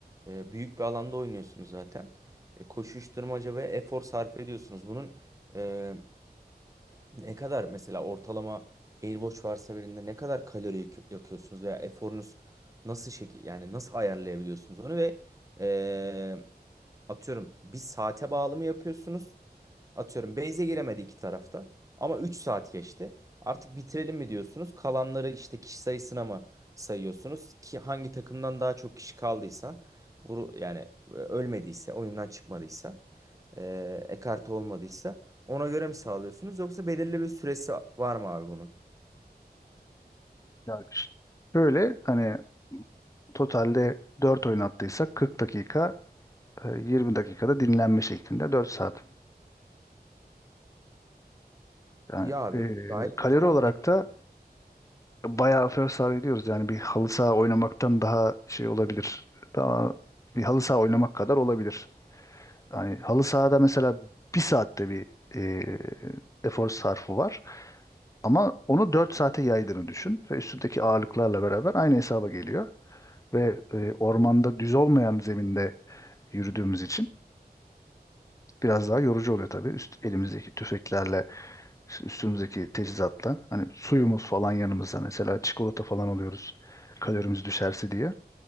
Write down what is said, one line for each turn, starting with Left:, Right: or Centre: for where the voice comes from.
Right: e, büyük bir alanda oynuyorsunuz zaten. E, koşuşturmaca ve efor sarf ediyorsunuz. Bunun e, ne kadar mesela ortalama Airwatch varsa birinde ne kadar kalori yak- yakıyorsunuz veya eforunuz nasıl şekil yani nasıl ayarlayabiliyorsunuz onu ve e, atıyorum bir saate bağlı mı yapıyorsunuz? Atıyorum base'e giremedi iki tarafta. Ama 3 saat geçti. Artık bitirelim mi diyorsunuz? Kalanları işte kişi sayısına mı sayıyorsunuz? Ki hangi takımdan daha çok kişi kaldıysa, vuru yani e, ölmediyse, oyundan çıkmadıysa, e, ekarte olmadıysa ona göre mi sağlıyorsunuz? Yoksa belirli bir süresi var mı abi bunun?
Left: Yani şöyle hani totalde dört oyun oynattıysak 40 dakika, e, 20 dakikada dinlenme şeklinde 4 saat. Yani
Right: İyi abi.
Left: e,
Right: Gayet
Left: kalori
Right: o zaman
Left: olarak da bayağı first saha gidiyoruz. Yani bir halı saha oynamaktan daha şey olabilir. Daha bir halı saha oynamak kadar olabilir. Yani halı sahada mesela bir saatte bir e, efor sarfı var. Ama onu 4 saate yaydığını düşün ve üstündeki ağırlıklarla beraber aynı hesaba geliyor. Ve e, ormanda düz olmayan zeminde yürüdüğümüz için biraz daha yorucu oluyor tabii. Üst, elimizdeki tüfeklerle, üstümüzdeki teçhizatla. Hani suyumuz falan yanımızda mesela çikolata falan alıyoruz kalorimiz düşerse diye.